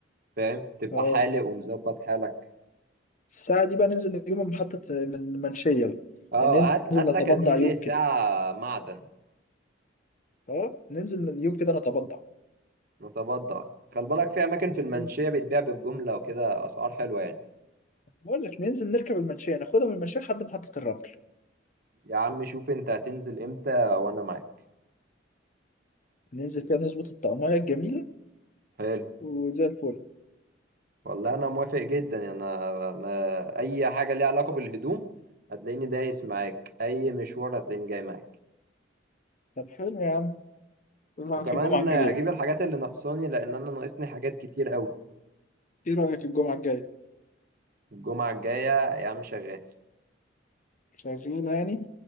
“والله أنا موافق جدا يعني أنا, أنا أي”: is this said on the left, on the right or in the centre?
Right